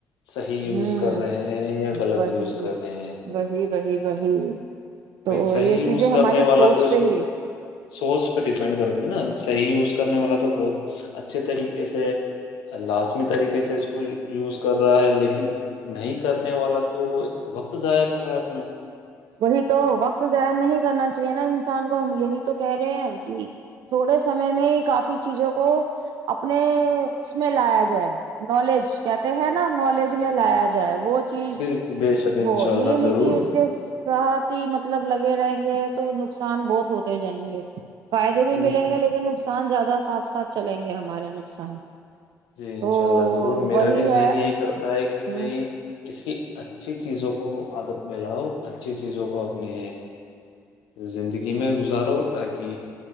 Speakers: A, on the left (about 75°); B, on the right (about 60°).
A: صحیح یوز
B: ہوں
A: کر رہے ہیں یا غلط
B: وہی
A: یوز کر رہے ہیں
B: وہی وہی وہی تو
A: بھائی صحیح
B: یہ
A: یوز
B: چیزیں ہماری
A: کرنے والا
B: سوچ
A: تو اس
B: پہ
A: کو
B: ہی
A: سورس پہ ڈیپینڈ کرتی ہے نا صحیح یوز کرنے والا تو بہت اچھے طریقے سے لازمی طریقے سے اس کو یوز کر رہا ہے لیکن نہیں کرنے والا تو وقت ضائع کر رہا ہے اپنا
B: وہی تو وقت ظاہر نہیں کرنا چاہیے نا انسان کو ہم یہی تو کہہ رہے ہیں کہ تھوڑے سمے میں ہی کافی چیزوں کو اپنے اس میں لایا جائے نالج کہتے ہیں نا نالج میں لایا جائے جائے وہ چیز
A: بالکل بے شک
B: وہلی
A: ان شاء اللہ
B: نہیں
A: ضرور
B: اس کے ساتھ ہی مطلب لگ رہیں گے تو نقصان بہت ہوتے جائیں گے فائدے بھی
A: م،
B: ملیں گے لیکن نقصان زیادہ سے ساتھ ساتھ چلیں گے ہمارے نقصان
A: جی
B: تو
A: انشاء اللہ ضرور میرا
B: وہی
A: بھی
B: ہے
A: ذہن یہی کرتا ہے کہ
B: ہ
A: بھائی اس کی اچھی چیزوں کو عادت میں لاؤ اچھی چیزوں کو اپنی ہے زندگی میں گزارو تاکہ